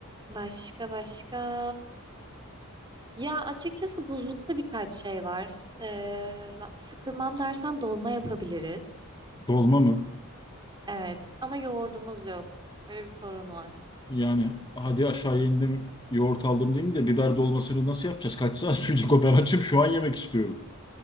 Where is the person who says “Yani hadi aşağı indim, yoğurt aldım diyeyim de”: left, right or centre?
Left